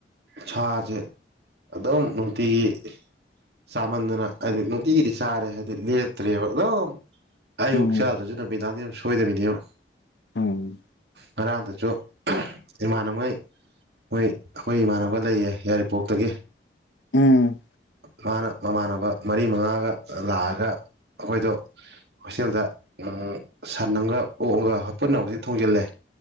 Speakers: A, on the right; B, on the left.
A: ꯁꯥꯖꯦ ꯑꯗꯨꯝ ꯅꯨꯡꯇꯤꯒꯤ ꯆꯥꯃꯟꯗꯅ ꯍꯥꯏꯗꯤ ꯅꯨꯡꯇꯤꯒꯤꯗꯤ ꯆꯥꯔꯦ ꯍꯥꯏꯗꯤ ꯂꯦꯞꯇ꯭ꯔꯦꯕ ꯑꯗꯨꯝ ꯑꯌꯨꯛ
B: ꯎꯝ
A: ꯆꯥꯗ꯭ꯔꯖꯨ ꯅꯨꯃꯤꯗꯥꯡꯅꯤ ꯗꯨꯝ ꯁꯣꯏꯗꯕꯤꯅꯦꯕ
B: ꯎꯝ
A: ꯉꯔꯥꯡꯇꯁꯨ ꯏꯃꯥꯟꯕꯉꯩ ꯃꯣꯏ ꯑꯩꯈꯣꯏ ꯏꯃꯥꯟꯅꯕ ꯂꯩꯌꯦ ꯌꯥꯏꯔꯤꯄꯣꯛ <unintelligible> ꯇꯒꯤ
B: ꯎꯝ
A: ꯃꯥꯅ ꯃꯃꯥꯟꯅꯕ ꯃꯔꯤ ꯃꯉꯥꯒ ꯂꯥꯛꯑꯒ ꯑꯩꯈꯣꯏꯗꯣ ꯍꯣꯁꯇꯦꯜꯗ ꯎꯝ ꯁꯥꯟ ꯑꯃꯒ ꯑꯣꯛꯑꯝꯒ ꯄꯨꯟꯅꯕꯨꯗꯤ ꯊꯣꯡꯖꯤꯜꯂꯦ